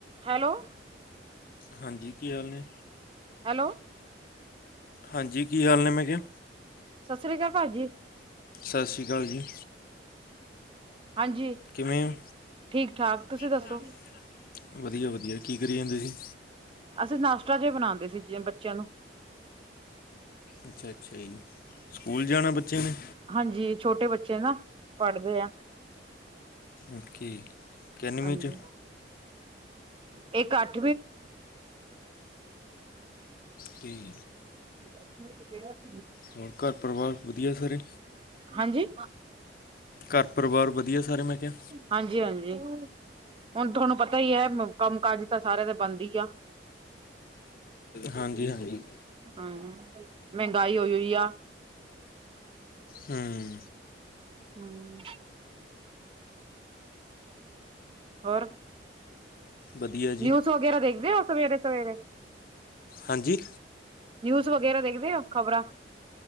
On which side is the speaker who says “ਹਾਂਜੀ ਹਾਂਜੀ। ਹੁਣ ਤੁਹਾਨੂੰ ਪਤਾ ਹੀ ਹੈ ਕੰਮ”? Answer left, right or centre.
Right